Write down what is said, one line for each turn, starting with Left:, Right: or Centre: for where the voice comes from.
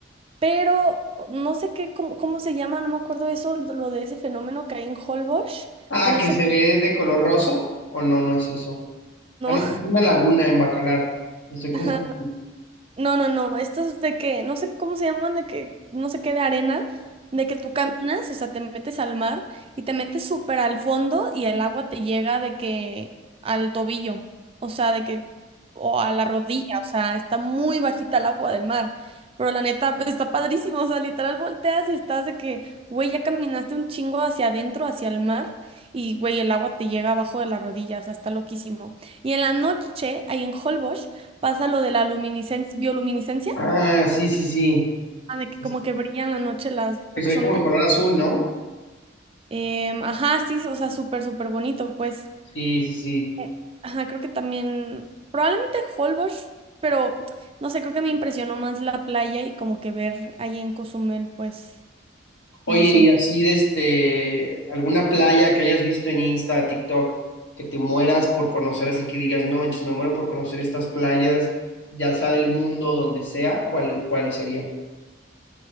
Right: pero no sé qué, cómo, cómo se llama, no me acuerdo eso, lo de ese fenómeno que hay en Holbox,
Left: Ah,
Right: de no
Left: que
Right: sé,
Left: se ve de color rosa o no, no es eso.
Right: no.
Left: Ah, no, es una laguna en Bacalar. Estoy confundido.
Right: <laughs> No, no, no, estos de que, no sé cómo se llaman, de que, no sé qué, de arena, de que tú caminas, o sea, te metes al mar y te metes súper al fondo y el agua te llega de que al tobillo, o sea, de que, o a la rodilla, o sea, está muy bajita el agua del mar, pero la neta pues, está padrísimo, o sea, literal volteas y estás de que, güey, ya caminaste un chingo hacia adentro, hacia el mar y, güey, el agua te llega abajo de la rodilla, o sea, está loquísimo. Y en la noche, ahí en Holbox, pasa lo de la luminiscencia, bioluminiscencia,
Left: Ah, sí, sí, sí.
Right: ah, de que
Left: Es
Right: como que brillan la noche las, creo
Left: Que se
Right: que
Left: ve
Right: son,
Left: como de color azul, ¿no?
Right: em, ajá, sí, o sea, súper, súper bonito, pues,
Left: Sí, sí, sí.
Right: Eh, ajá, creo que también, probablemente Holbox, pero, no sé, creo que me impresionó más la playa y como que ver ahí en Cozumel, pues,
Left: Oye,
Right: no sé,
Left: y así de este, alguna playa que hayas visto en Insta, TikTok, que te mueras por conocer, así que digas, no manches, me muero por conocer estas playas, ya sea del mundo, donde sea, ¿cuál, cuál sería?